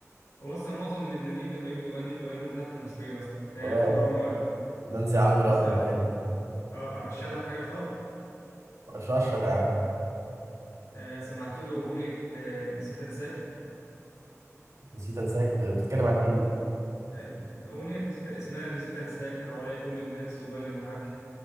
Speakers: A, on the left; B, on the right.
A: هو اصلا معظم اللبنانيين لما يجوا يغني بيغنوا باللهجه المصريه اصلا فيعتبر
B: اه
A: ان هو
B: نانسي عجرم
A: مثلا
B: والحاجات دي
A: اه ارشح لك حاجه الفضل
B: رشح يا عم
A: آه سمعت له اغنيه آه نسيت انساك
B: نسيت انساك ده بتتكلم عن ايه دي
A: آه اغنيه نسيت اسمها نسيت انساك حواليا كل الناس وبالي معاك